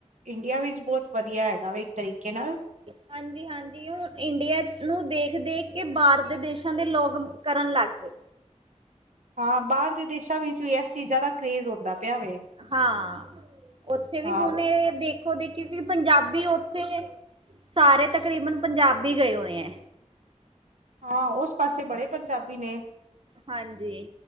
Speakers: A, on the right (about 75°); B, on the right (about 45°).
A: ਇੰਡੀਆ ਵਿੱਚ ਬੋਤ ਵਧੀਆ ਹੈਗਾ ਵਾ ਇੱਕ ਤਰੀਕੇ ਨਾਲ।
B: ਹਾਂਜੀ-ਹਾਂਜ ਕੀ ਹੁਨ ਇੰਡੀਆ ਨੂੰ ਦੇਖ-ਦੇਖ ਕੇ ਬਾਹਰ ਦੇ ਦੇਸ਼ਾਂ ਦੇ ਲੋਗ ਕਰਨ ਲੱਗ ਪਏ।
A: ਹਾਂ ਬਾਹਰ ਦੇ ਦੇਸਾਂ ਵਿੱਚ ਵੀ ਏਸ ਚੀਜ ਦਾ ਕਰੇਜ ਹੁੰਦਾ ਪੇਆ ਵੇ।
B: ਹਾਂ ੳਥੇ ਵੀ
A: ਹਾਂ
B: ਹੁਨ
A: ਉਹ
B: ਏਹ ਦੇਖੋ ਦੇਖੀ ਕਿ ਪੰਜਾਬੀ ੳਥੇ ਸਾਰੇ ਤਕਰੀਬਨ ਪੰਜਾਬੀ ਗਏ ਹੋਂਏ ਐ।
A: ਆਹ ੳਸ ਪਾਸੇ ਬੜੇ ਪੰਜਾਬੀ ਨੇ।
B: ਹਾਂਜੀ,